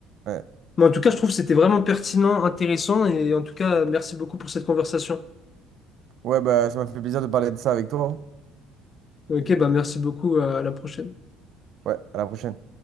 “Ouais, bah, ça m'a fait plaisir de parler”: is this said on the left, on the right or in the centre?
Right